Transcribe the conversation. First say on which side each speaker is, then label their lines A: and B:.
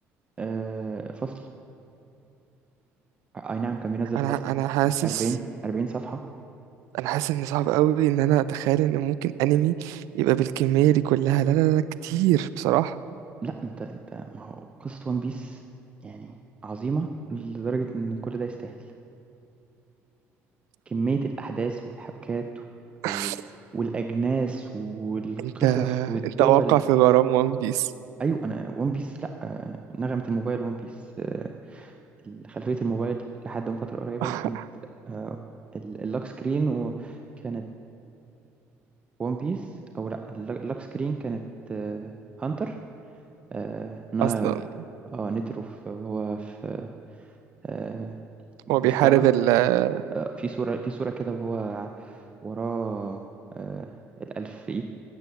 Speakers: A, on the right; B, on the right.
A: آه، فصل آه، اي نعم كان بينزل
B: انا
A: فصل
B: انا حاسس
A: 40 40 صفحة
B: انا حاسس ان صعب قوي ان انا اتخيل ان ممكن انمي يبقى بالكمية دي كلها لا لا لا كتير بصراحة
A: لا انت انت ما هو قصة وان بيس يعني عظيمة لدرجة ان كل ده يستاهل كمية الأحداث والحبكات
B: <laughs>
A: و... والأجناس والقصص
B: انت
A: والدول
B: انت واقع في غرام وان بيس
A: أيوة أنا ون بيس لأ آه، نغمة الموبايل ون بيس آه، خلفية الموبايل لحد من فترة قريبة
B: <laughs>
A: كانت آه، ال- اللوك سكرين وكانت ون بيس أو لأ الل- اللوك سكرين كانت آه، هانتر آه، نا
B: اصلا
A: آه نترو في- وهو في آه، بوتسلافا
B: هو بيحارب ال اه
A: في صورة دي صورة كده وهو وراه آه، الألف في إيد